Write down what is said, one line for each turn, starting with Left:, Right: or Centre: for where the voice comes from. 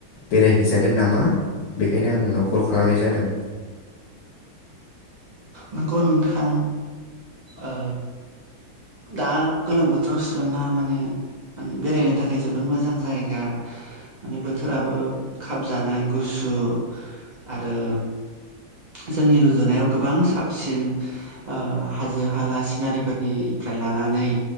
Left: बेरायहैजागोन नामा बेखायनो आं नोंनाव कल खालामनाय जादों।
Right: नंगौ नोंथां ओ दा गोलोम बोथोराव सिलंया माने बेरायनो थाखाय जोबोद मोजां जायगा। माने बोथोराबो खाबजानाय गुसु आरो जोंनि रुजुनायाव गोबां साबसिन। ओ हाजो हाला सिनारिफोरनिफ्राय लानानै